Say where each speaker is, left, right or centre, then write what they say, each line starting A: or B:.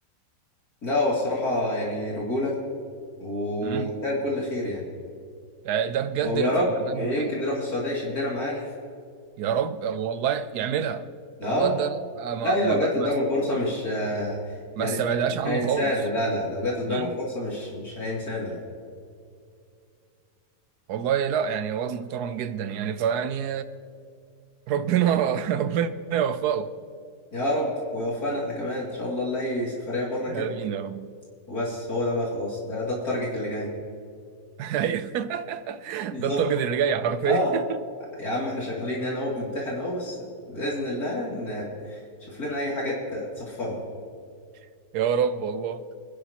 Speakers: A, on the left; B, on the right.
A: لا هو الصراحة يعني رجولة ويستاهل
B: امم
A: كل خير يعني
B: يعني ده بجد
A: او
B: اللي
A: يا رب
B: تتمناه
A: يمكن
B: له خير
A: يروح السعودية يشدنا معاه <laughs>
B: يا رب والله يعملها
A: اه
B: الواد ده أنا ما
A: لا يا
B: ما
A: لو
B: ب...
A: جت قدامه
B: ما
A: الفرصة مش آه،
B: ما
A: يعني
B: استبعدهاش
A: مش مش
B: عنه
A: هينسانا
B: خالص
A: لا لا لو جت قدامه
B: امم
A: الفرصة مش مش هينسانا لا
B: والله لا يعني واد محترم جدا يعني فيعني ربنا <laughs> ربنا يوفقه
A: يا رب ويوفقنا احنا كمان ان شاء الله نلاقي سفرية بره كده
B: امين يا رب
A: وبس هو ده بقى خلاص ده ده التارجت اللي جاي
B: ايوه <laughs>
A: بالظبط
B: ده التارجت اللي جاي حرفيا
A: اه يا عم احنا شغالين هنا اهو بنمتحن اهو بس بإذن الله نشوف لنا أي حاجة ت- تصفرنا
B: <laughs> يا رب والله